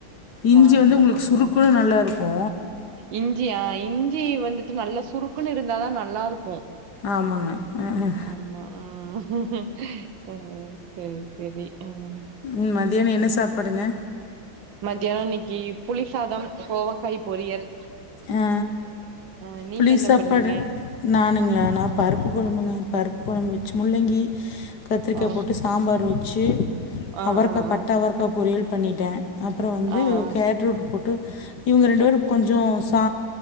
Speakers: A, on the left; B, on the right.
A: இஞ்சி
B: வாங்க
A: வந்து
B: மாட்டாங்களா
A: உங்களுக்கு சுருக்குன்னு நல்லா இருக்கு
B: இஞ்சியா இஞ்சி வந்துட்டு நல்லா சுருக்குன்னு இருந்தா தா நல்லாருக்கு
A: ஆமாங்க அஹ், அஹ்.
B: ஆமா ஆ <unintelligible> செரி செரி ம்
A: ம் மதியானோ என்ன சாப்பாடுங்க
B: மத்தியானோ இன்னைக்கி புளிசாதம் கோவக்காய் பொரியல்
A: அ அ
B: ஆ நீங்க
A: புளி
B: என்ன
A: சாப்பாடு
B: பண்ணீங்க
A: நானுங்களா நா பருப்பு கொழம்புங்க
B: ஆ
A: பருப் ப்பு கொழம்பு வச்சு முள்ளங்கி கத்திரிக்காய்
B: ஆ
A: போட்டு சாம்பார் வச்சு
B: ஆ
A: அவரக்கா
B: ஆ
A: பட்ட
B: ஆ
A: அவரக்கா பொரியல் பண்ணிட்டே அப்பறோ வந்து
B: ஆ ஆ
A: கேட்ரூட்டு போட்டு இவுங்க ரெண்டு பேரு கொஞ்சோ ச